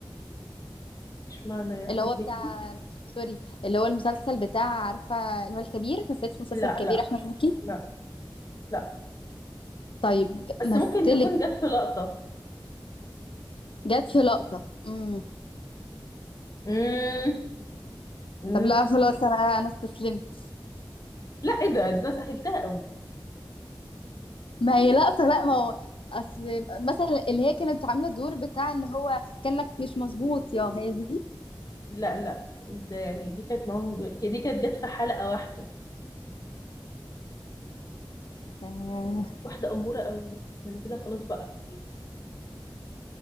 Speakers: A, on the left; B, on the left.
A: اشمعنى يا أحمد
B: اللي هو بتاع
A: مكي
B: سوري اللي هو المسلسل بتاع عارفة اللي هو الكبير مثلت في مسلسل
A: لا
B: الكبير
A: لا
B: أحمد مكي
A: لا لا
B: طيب
A: بس
B: مثلت
A: ممكن تكون جت في لقطة
B: جت في لقطة امم
A: مم. مم.
B: طب لا خلاص أنا أنا استسلمت
A: لا ايه ده إيه ده أنا سهلتها قوي
B: ما هي لقطة لا ما هو اصل مثلا اللي هي كانت عاملة دور بتاع اللي هو كأنك مش مظبوط يا هي دي
A: لا لا ده يعني دي كانت معاهم دي كانت جت في حلقة واحدة
B: آه.
A: واحدة أمورة قوي يعني كده خلاص بقى